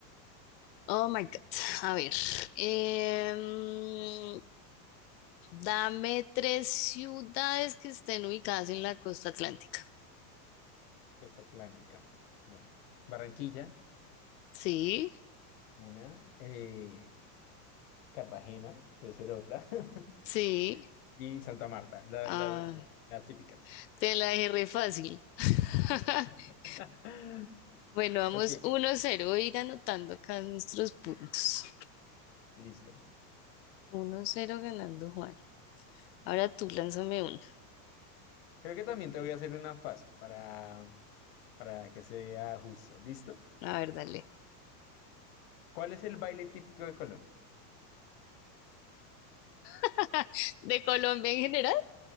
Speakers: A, on the left (about 80°); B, on the left (about 35°).
A: Oh my God. A ver. em, dame tres ciudades que estén ubicadas en la costa atlántica.
B: Costa Atlántica. Bueno, Barranquilla,
A: Sí,
B: una. eh, Cartagena, debe ser otra. <laughs>
A: sí.
B: Y Santa Marta, la-
A: Ah,
B: la- las típicas.
A: te la dejé re fácil. <laughs>
B: <laughs>
A: Bueno, vamos
B: Ok,
A: uno cero Voy a ir anotando acá nuestros puntos.
B: listo.
A: 1-0 ganando Juan. Ahora tú lánzame una.
B: Creo que también te voy a hacer una fácil para, para que sea justo. ¿Listo?
A: A ver, dale.
B: ¿Cuál es el baile típico de Colombia?
A: <laughs> ¿De Colombia en general?